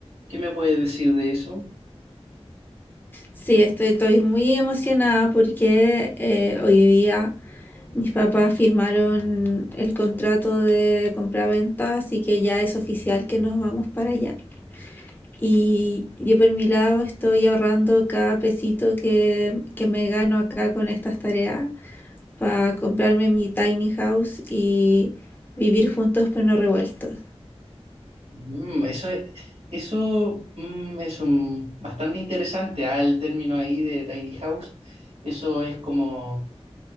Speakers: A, on the right (about 80°); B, on the left (about 15°).
A: ¿Qué me puedes decir de eso?
B: Sí, estoy, estoy muy emocionada porque eh, hoy día mis papás firmaron el contrato de compra-venta, así que ya es oficial que nos vamos para allá. Y yo por mi lado estoy ahorrando cada pesito que, que me gano acá con estas tareas para comprarme mi tiny house y vivir juntos pero no revueltos.
A: Mm, eso es, eso mm, es un, bastante interesante, ah, el término ahí de tiny house. Eso es como,